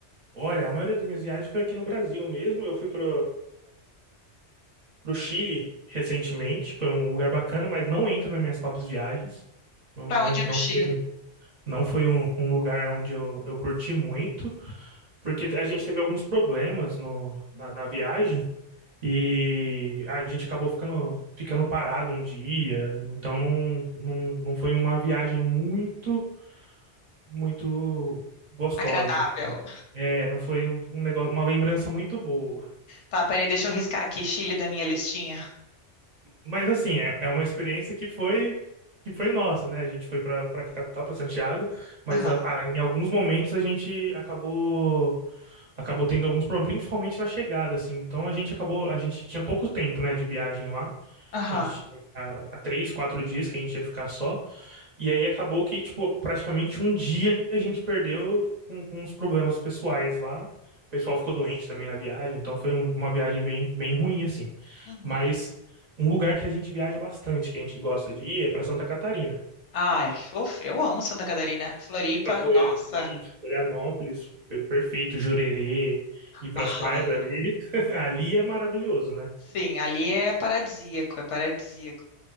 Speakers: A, on the right (about 40°); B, on the left (about 90°).
A: Olha, a maioria das minhas viagens foi aqui no Brasil mesmo. Eu fui para pro Chile recentemente. Foi um lugar bacana, mas não entra nas minhas tops viagens. Não,
B: Pra
A: não,
B: onde
A: não
B: no Chile?
A: foi, não foi um, um lugar onde eu, eu curti muito, porque a gente teve alguns problemas no,
B: Hum,
A: na, na viagem e a gente acabou ficando, ficando parado um dia. Então não, não, não foi uma viagem muito, muito gostosa.
B: Agradável.
A: assim. É, não foi um um negócio, uma lembrança muito boa.
B: Tá, peraí, deixa eu riscar aqui Chile da minha listinha.
A: Mas assim, é, é uma experiência que foi que foi nossa, né? A gente foi para para capital, para Santiago, mas
B: Aham,
A: na- ah, em alguns momentos a gente acabou acabou tendo alguns problemas, principalmente na chegada, assim. Então a gente acabou, a gente tinha pouco tempo, né, de viagem lá.
B: aham.
A: A gente, há há três, quatro dias que a gente ia ficar só. E aí acabou que, tipo, praticamente um dia a gente perdeu com, com uns problemas pessoais lá. O pessoal ficou doente também na viagem, então foi um- uma viagem bem, bem ruim, assim.
B: uhum.
A: Mas um lugar que a gente viaja bastante, que a gente gosta de ir, é para Santa Catarina.
B: Ai, ufa, eu amo Santa Catarina. Floripa,
A: Para
B: nossa.
A: Florianópolis, per- perfeito, Jurerê, ir para
B: Aham.
A: as praias ali. <laughs> Ali é maravilhoso, né?
B: Sim, ali é paradisíaco, é paradisíaco.